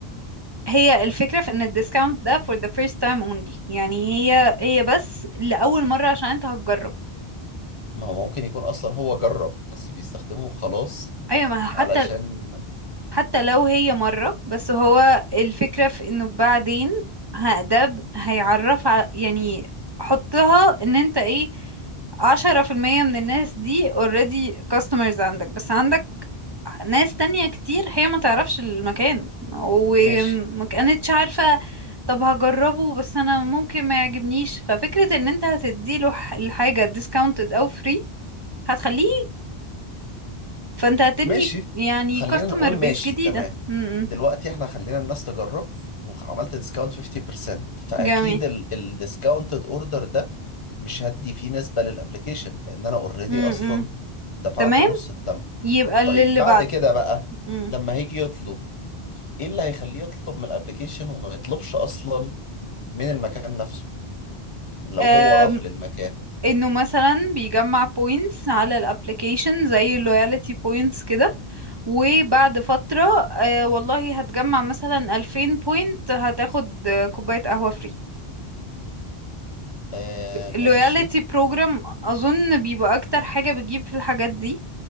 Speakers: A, on the right; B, on the left.
A: هي الفكرة في ان الديسكاونت ده for the first time only يعني هي هي بس لأول مرة عشان انت هتجرب
B: ما هو ممكن يكون اصلا هو جرب بس بيستخدمه خلاص
A: ايوه ما هو
B: علشان
A: حتى حتى لو هي مرة بس هو الفكرة في انه بعدين ه- ده ب- هيعرف على يعني حطها ان انت ايه عشرة في المية من الناس دي already customers عندك بس عندك ناس تانية كتير هي ما تعرفش المكان وما
B: ماشي
A: كانتش عارفة طب هجربه بس انا ممكن ما يعجبنيش ففكرة ان انت هتديله ح- الحاجة discounted او free هتخليه فانت هتبني
B: ماشي
A: يعني
B: خلينا
A: customer
B: نقول
A: base
B: ماشي
A: جديدة
B: تمام
A: م- م.
B: دلوقتي احنا خلينا الناس تجرب وعملت ديسكاونت 50% فاكيد
A: جميل
B: الديسكاونتد اوردر ده مش هدي فيه نسبة للابليكيشن لان انا اوريدي
A: امم
B: اصلا دفعت
A: تمام
B: النص التم
A: يبقى اللي
B: طيب
A: اللي
B: بعد
A: بعده
B: كده بقى
A: امم
B: لما هيجي يطلب ايه اللي هيخليه يطلب من الابليكيشن وما يطلبش اصلا من المكان نفسه لو
A: أم،
B: هو راح للمكان
A: انه مثلا بيجمع بوينتس على الابلكيشن زي اللويالتي بوينتس كده وبعد فترة أه والله هتجمع مثلا 2000 بوينت هتاخد آه، كوباية قهوة فري
B: آه ماشي
A: اللويالتي بروجرام اظن بيبقى اكتر حاجة بتجيب في الحاجات دي